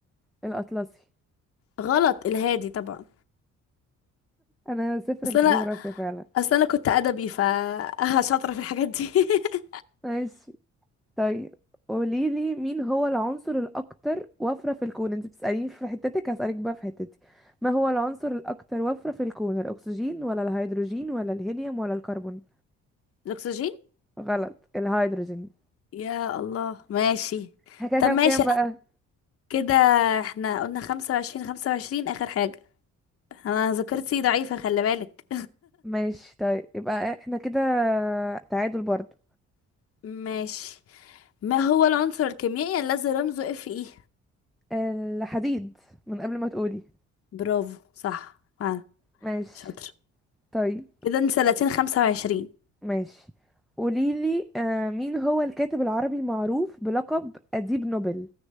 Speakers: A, in the centre; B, on the left.
A: الاطلسي
B: غلط الهادي طبعا
A: انا صفر
B: أصل
A: في
B: أنا
A: الجغرافيا فعلا
B: أصل أنا كنت أدبي ف <laughs> شاطرة في الحاجات دي <laughs>
A: ماشي طيب قوليلي مين هو العنصر الاكتر وفرة في الكون انت بتسأليني في حتتك هسألك بقى في حتتي ما هو العنصر الاكتر وفرة في الكون الاكسجين ولا الهيدروجين ولا الهيليوم ولا الكربون
B: الأكسجين
A: غلط الهيدروجين
B: يا الله ماشي
A: احنا كده
B: طب
A: كام
B: ماشي
A: كام
B: أنا
A: بقى
B: كده احنا قلنا خمسة وعشرين خمسة وعشرين آخر حاجة أنا ذاكرتي ضعيفة خلي بالك
A: ماشي طيب يبقى احنا كده تعادل برضو
B: <laughs> ماشي ما هو العنصر الكيميائي الذي رمزه اف اي
A: الحديد من قبل ما تقولي
B: برافو صح آه
A: ماشي
B: شاطر
A: طيب
B: كده انت 30 25
A: ماشي قوليلي آه مين هو الكاتب العربي المعروف بلقب أديب نوبل